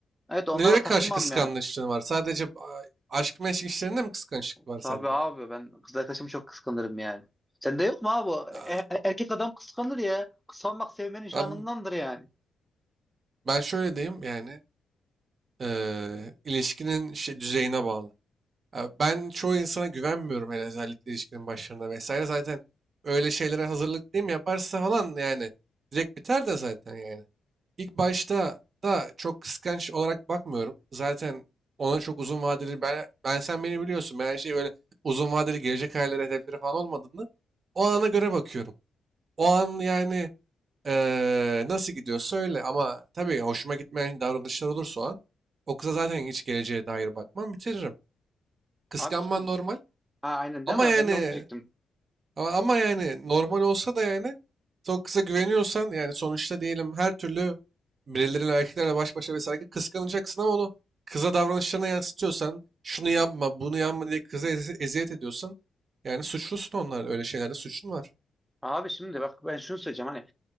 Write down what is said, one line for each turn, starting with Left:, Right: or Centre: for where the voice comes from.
Centre: evet onlara
Right: Nelere
Centre: takılmam
Right: karşı kıskançlığın
Centre: yani.
Right: var? Sadece a- aşk meşk işlerinde mi kıskançlık var
Centre: Tabii
Right: sende?
Centre: abi ben kız arkadaşımı çok kıskanırım yani. Sende yok mu abi?
Right: Aa,
Centre: E- e- erkek adam kıskanır ya. Kıskanmak sevmenin şanındandır
Right: Ben,
Centre: yani.
Right: ben şöyle diyeyim yani. eee, ilişkinin şey, düzeyine bağlı. Ya Ben çoğu insana güvenmiyorum hele özellikle ilişkinin başlarında vesaire. Zaten öyle şeylere hazırlık değil mi yaparsa falan yani direkt biter de zaten yani. İlk başta da çok kıskanç olarak bakmıyorum. Zaten ona çok uzun vadeli ben, ben sen beni biliyorsun. Ben her şeyi böyle uzun vadeli gelecek hayalleri hedefleri falan olmadığını o ana göre bakıyorum. O an yani eee, nasıl gidiyorsa öyle ama tabii hoşuma gitmeyen davranışlar olursa o an o kıza zaten hiç geleceğe dair bakmam bitiririm. Kıskanman
Centre: Abi şimdi
Right: normal.
Centre: ha, aynen
Right: Ama
Centre: değil mi?
Right: yani
Centre: Ben de onu diyecektim.
Right: ama ama yani normal olsa da yani son kıza güveniyorsan yani sonuçta diyelim her türlü birileriyle erkeklerle baş başa vesaire kıskanacaksın ama onu kıza davranışlarına yansıtıyorsan şunu yapma bunu yapma diye kıza ezi- eziyet ediyorsan yani suçlusun onlar öyle şeylerde suçun var.
Centre: Abi şimdi bak ben şunu söyleyeceğim hani